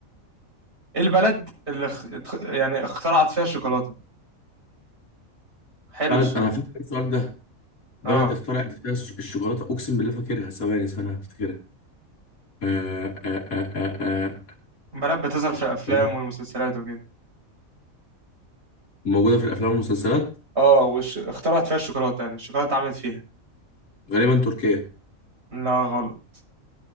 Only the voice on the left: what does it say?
بلد
انا فاكر
السؤال ده بلد
اخترعت فيها الش- الشوكولاته اقسم بالله فاكرها ثواني ثانيه هفتكرها آه آه آه آه آه.
الشوكولاتة
موجوده في الافلام والمسلسلات
غالبا تركيا